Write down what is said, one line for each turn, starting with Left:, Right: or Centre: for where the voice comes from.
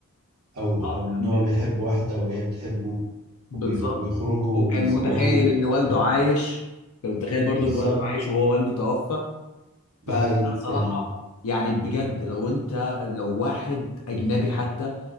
Right: أو
Left: آه
Right: إن
Left: كان
Right: هو
Left: بي-
Right: بيحب واحدة وهي بتحبه
Left: بالظبط
Right: وبيخرجوا
Left: وكان
Right: ويتصوروا
Left: متخيل
Right: وبتاع
Left: إن والده عايش كان متخيل برضو
Right: بالظبط
Left: إن والده عايش وهو والده توفى
Right: ده
Left: فأنا
Right: حقيقي
Left: بصراحة
Right: يعني
Left: يعني بجد لو أنت لو واحد أجنبي حتى